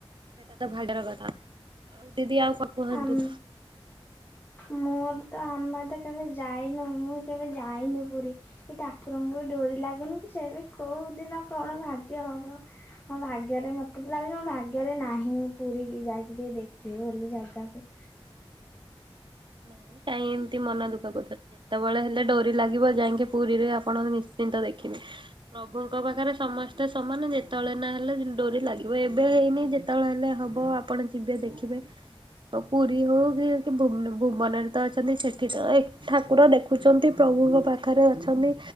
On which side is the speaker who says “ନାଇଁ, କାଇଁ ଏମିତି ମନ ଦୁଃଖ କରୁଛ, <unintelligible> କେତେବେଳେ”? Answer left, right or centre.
Right